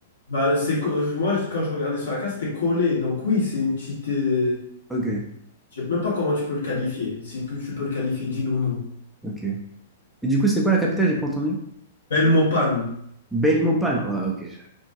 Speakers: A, on the left (about 70°); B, in the centre.
A: Bah, c'est, co- euh, moi, quand je regardais sur la carte, c'était collé. Donc oui, c'est une petite. euh,
B: Ok,
A: Je sais même pas comment tu peux le qualifier, si tu tu peux le qualifier d'île ou non.
B: ok. Et du coup, c'était quoi la capitale? J'ai pas entendu.
A: Belle Mopane.
B: Belmopan. Ouais, ok, je-